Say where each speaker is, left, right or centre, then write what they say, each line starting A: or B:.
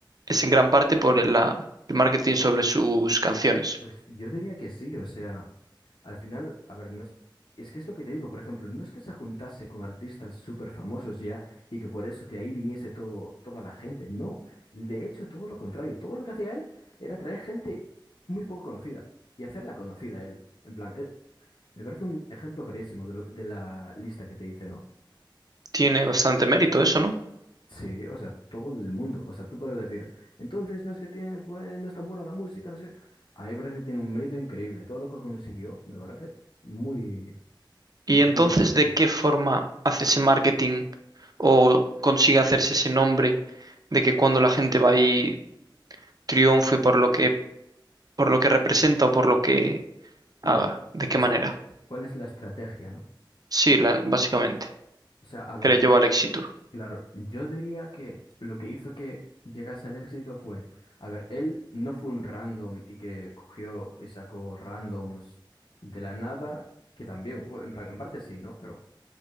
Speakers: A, on the right (about 50°); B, on the left (about 70°).
A: es en gran parte por el, la- el marketing sobre sus canciones.
B: Pues yo diría que sí, o sea, al final, a ver, no es, es que es lo que te digo, por ejemplo, no es que se juntase con artistas súper famosos ya y que por eso de ahí viniese todo, toda la gente, no, de hecho todo lo contrario, todo lo que hacía él era traer gente muy poco conocida y hacerla conocida a él, en plan, eh, me parece un ejemplo clarísimo de, lo- de la lista que te hice, ¿no?
A: Tiene bastante mérito eso, ¿no?
B: Sí, o sea, todo el mundo. O sea, tú podrás decir, entonces no es que tiene, pues, no es tan buena la música, no sé qué. A mí me parece que tiene un mérito increíble. Todo lo que consiguió me parece muy...
A: ¿Y
B: es
A: entonces
B: punto de no-
A: de qué forma hace ese marketing o consigue hacerse ese nombre de que cuando la gente va ahí triunfe por lo que, por lo que representa o por lo que
B: Mm.
A: haga? ¿De qué
B: O
A: manera?
B: sea, cu- ¿cuál es la estrategia, no?
A: Sí, la- básicamente,
B: O sea, a ver,
A: que le llevó al éxito.
B: claro, yo diría que lo que hizo que llegase al éxito fue, a ver, él no fue un random y que cogió y sacó randoms de la nada, que también, o en plan, en parte sí, ¿no? Pero